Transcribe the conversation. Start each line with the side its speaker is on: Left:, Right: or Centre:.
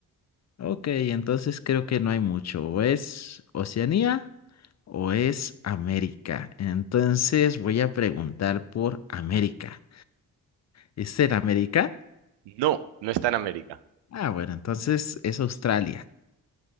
Left: Ok, entonces creo que no hay mucho. O es Oceanía o es América. Entonces voy a preguntar por América. ¿Es en América?
Right: no, no está en América.
Left: Ah, bueno, entonces es Australia.